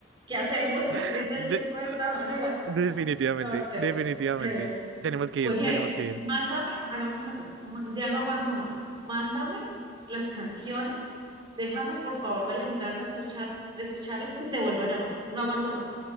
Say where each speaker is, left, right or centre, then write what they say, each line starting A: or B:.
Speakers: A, on the right (about 25°); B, on the right (about 70°).
A: ¿Qué hacemos perdiendo
B: <laughs>
A: el
B: De-
A: tiempo de esta manera?
B: definitivamente,
A: No te
B: definitivamente.
A: lo puedo creer.
B: Tenemos que
A: Oye,
B: ir, tenemos que ir.
A: mándame, hagamos una cosa, ma- ya no aguanto más. Mándame las canciones, déjame por favor deleitarme a escuchar, de escucharlas y te vuelvo a llamar. No aguanto más.